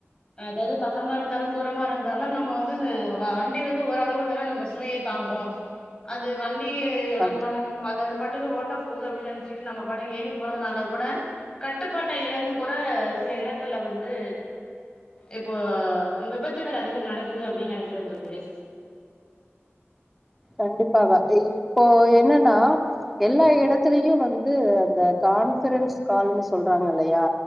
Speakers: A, on the left; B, in the centre.
A: அதாவது பக்கமா இருந்தாலு தூரமா இருந் தாலு நம்ம வந்து வண்டி வந்து ஓரளவு தான நம்ம சுமையே தாங்கு அது வண்டி
B: கண்
A: நம்ம நம் அ அது பாட்டுக்கு ஓட்ட போகுது அப்படின்னு நினைச்சிட்டு நம்ம பாட்டம் ஏறி போறதுனால கூட கட்டுப்பாட் ட இழந்து கூட சில இடங்கள்ல வந்து இப்போ விபத்துகள் அதிகம் நடக்குது அப்டின்னு நினைக்கிறே தோழி
B: கண்டிப்பாக இப்போ என்னன்னா எல்லா இடத்துலயு வந்து அந்த கான்பரன்ஸ் கால்னு சொல்றாங்க இல்லையா